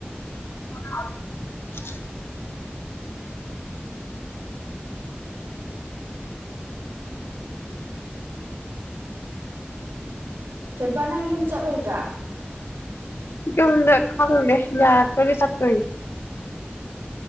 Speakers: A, on the left; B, on the right.
A: <unintelligible>
B: <unintelligible> ꯁꯤꯜꯄꯥ ꯅꯪ ꯌꯨꯝ ꯆꯠꯂꯣꯏꯗ꯭ꯔꯥ
A: ꯌꯨꯝꯗ ꯈꯪꯗꯦ ꯌꯥꯔꯛꯇꯔꯥꯒꯗꯤ ꯆꯠꯇꯣꯏꯅꯤ